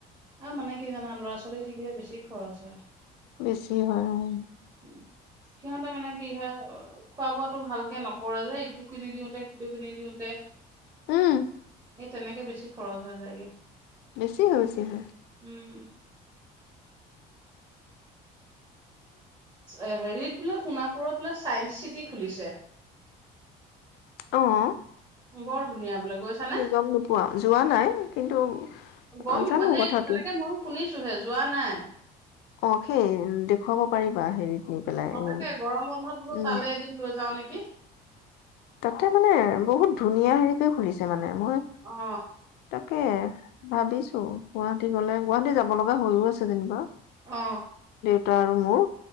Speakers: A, on the right; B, on the left.
A: আৰু মানে কি জানা ল'ৰা ছোৱালী থাকিলে বেছি খৰচ হয়।
B: বেছি হয় অ' <inaudible>
A: উম, সিহঁতে মানে কি হয় খোৱা বোৱাটো ভালকে নকৰে যে ইটো কিনি দিওঁতে, সিটো কিনি দিওঁতে
B: হম।
A: এই তেনেকে বেছি খৰচ হৈ যায়গে।
B: বেছি হৈ হৈছে হয়।
A: উম, এ হেৰিত বোলে সোণাপুৰত চাইড চিটি খুলিছে
B: অ'।
A: বৰ ধুনীয়া বোলে গৈছানে?
B: তুমি গম নোপোৱা যোৱা নাই কিন্তু
A: গম
B: অ জানো
A: হেই
B: কথাটো
A: তেনেকে ময়ো শুনিছো সেইটো হে যোৱা নাই
B: অ সেই দেখুৱাব পাৰিবা হেৰিত নি পেলাই
A: অ
B: এ
A: তাকে গৰম বন্ধত বোলো
B: উম
A: তালে এদিন লৈ যাও নেকি কি
B: তাতে মানে বহুত ধুনীয়া হেৰি কৰি খুলিছে মানে মই
A: অ
B: তাকে ভাবিছো গুৱাহাটী গলে গুৱাহাটী যাব লগা হৈয়ও আছে যেনিবা
A: অ
B: ত আৰু মোৰ